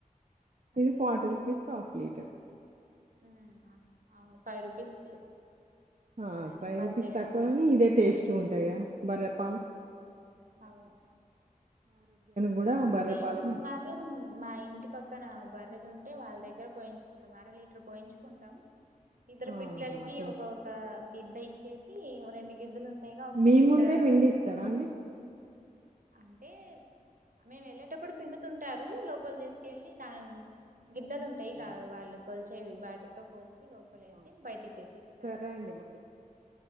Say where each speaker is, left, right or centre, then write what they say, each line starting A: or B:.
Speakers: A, on the right; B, on the right.
A: అంటే
B: ఇది ఫార్టీ రుపీస్ <unintelligible>
A: ఉమ్ ఆ అవును ఫైవ్ రూపీస్
B: ఆ
A: ఐదు
B: ఫైవ్
A: రూపాయలు
B: రూపీస్
A: తేడా
B: తక్కువ
A: ఉండిద్ది
B: కానీ ఇదే టేస్ట్ ఉంటాయి కద బర్రె పాలు
A: అవును
B: గూడా బర్రెపాలే
A: మేము
B: మంచిది.
A: మాత్రం మా ఇంటి పక్కన బర్రెలు ఉం అంటే వాళ్ళ దగ్గర పోయించుకుంటాం అర లీటర్ పోయించుకుంటాం ఇద్దరు
B: ఆహా!
A: పిల్లలకి
B: అట్లా.
A: ఒక ఒక గిద్ద ఇచ్చేసి రెండు గిద్దలు ఉం టైగ ఒక
B: మీ
A: గిద్దా
B: ముందే పిండిస్తాడా అండి?
A: అంటే మేము వెళ్ళేటప్పుడు పిండుతుంటారు లోపలి తీసుకెళ్ళి దానిమ్ గిద్దలు ఉంటాయిగా
B: అవును.
A: వాళ్ళు కోల్చేవి వాటితో కోల్చ లోపలే వేసి
B: ఆ!
A: బయటికి తెచ్చిస్తారు
B: సరే అండి మరి ఉంటా.